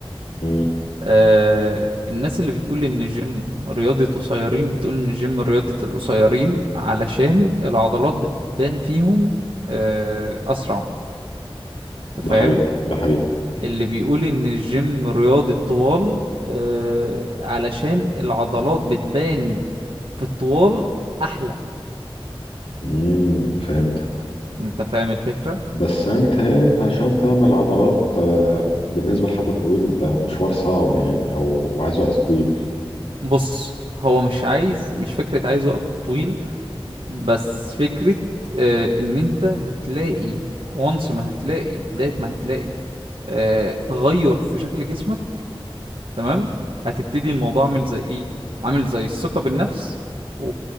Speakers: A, on the left; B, on the right.
A: مم.
B: آه، الناس اللي بتقول ان الجيم رياضة قصيرين بتقول ان الجيم رياضة القصيرين علشان العضلات بتبان فيهم آه، اسرع انت
A: ده
B: فاهم
A: حقيقي ده حقيقي
B: اللي بيقول ان الجيم رياضي الطوال آه علشان العضلات بتبان في الطوال احلى
A: مم. فهمت
B: انت فاهم الفكرة
A: بس انا متهيألي انت عشان تعمل عضلات آه، بالنسبه لحد طويل ده مشوار صعب يعني او عايز وقت طويل
B: بص هو مش عايز مش فكرة عايز وقت طويل بس فكرة آه ان انت هتلاقي وانس ما هتلاقي بداية ما هتلاقي آه تغير في شكل جسمك تمام هتبتدي الموضوع عامل زي ايه عامل زي الثقة بالنفس و...